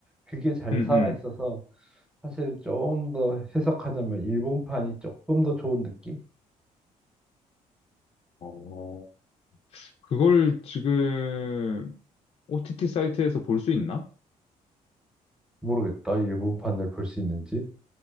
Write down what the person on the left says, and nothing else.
음,
음.
어. 그걸 지금 OTT 사이트에서 볼 수 있나?